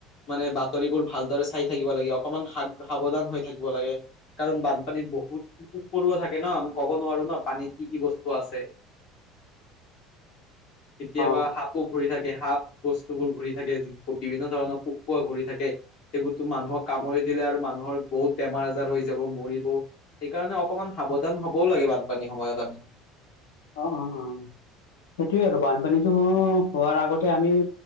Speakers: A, on the left (about 50°); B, on the left (about 75°).
A: মানে বাতৰিবোৰ ভালদৰে চাই থাকিব লাগে, অকমান, স-সাৱধান হৈ থাকিব লাগে। কাৰণ বানপানীত বহুত, পুক পৰুৱা থাকে ন', আমি ক'ব নোৱাৰো ন' পানীত কি কি বস্তু আছে। কেতিয়াবা
B: অ
A: সাপো ঘূৰি থাকে, সাপ বস্তুবোৰ ঘূৰি থাকে, য বিভিন্ন ধৰণৰ পোক পৰুৱা ঘূৰি থাকে। সেইবোৰতো মানুহক কামুৰি দিলে আৰু, মানুহৰ বহুত বেমাৰ আজাৰ হৈ যাব, মৰিব সেইকাৰণে অকমান সাৱধান হবও লাগে, বানপানী সময়ত আমি।
B: অ', অ', অ', সেইটোয়ে আৰু বানপানীতো, হোৱাৰ আগতে আমি